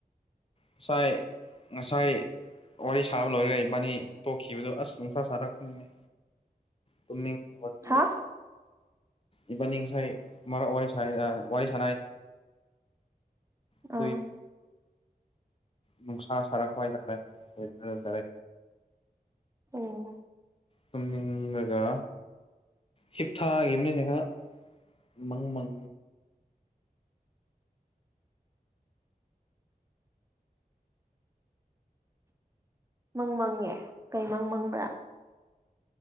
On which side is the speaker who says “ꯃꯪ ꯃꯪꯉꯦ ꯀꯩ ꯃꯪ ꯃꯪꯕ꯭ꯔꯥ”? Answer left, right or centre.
Right